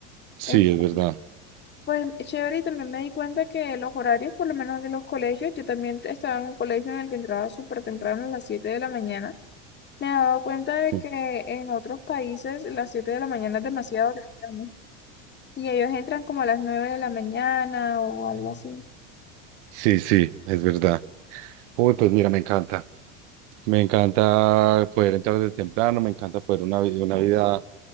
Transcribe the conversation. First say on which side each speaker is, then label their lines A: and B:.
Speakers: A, on the right; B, on the left.
A: Sí,
B: Entonces,
A: es verdad.
B: pues es chévere y también me di cuenta que los horarios, por lo menos de los colegios, yo también te- estaba en un colegio en el que entraba súper temprano a las siete de la mañana Me he dado cuenta de
A: Sí,
B: que en otros países las 7 de la mañana es demasiado temprano y ellos entran como a las 9 de la mañana o algo así.
A: sí, sí, es verdad. Uy, pues mira, me encanta. Me encanta poder entrar de temprano, me encanta poder una, vi- una vida,